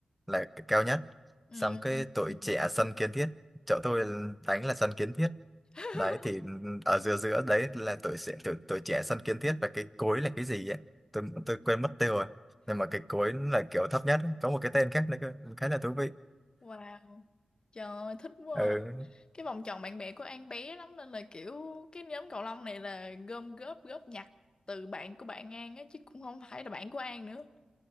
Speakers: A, in the centre; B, on the left.
A: là cái cao nhất
B: Ừ.
A: xong cái
B: ừ,
A: tuổi
B: ừ.
A: trẻ
B: ừ.
A: sân kiến thiết chỗ tôi đánh là sân kiến thiết
B: <laughs>
A: đấy thì ở giữa giữa đấy là tuổi trẻ tuổi, tuổi trẻ sân kiến thiết và cái cối là cái gì ấy tôi tôi quên mất tiêu rồi nhưng mà cái cối là kiểu thấp nhất có một cái tên khác nữa cơ khá là thú vị
B: Wow. Trời ơi, thích quá.
A: ừ
B: à. Cái vòng tròn bạn bè của An bé lắm nên là kiểu cái nhóm cầu lông này là gom góp góp nhặt từ bạn của bạn An á chứ cũng không phải là bạn của An nữa.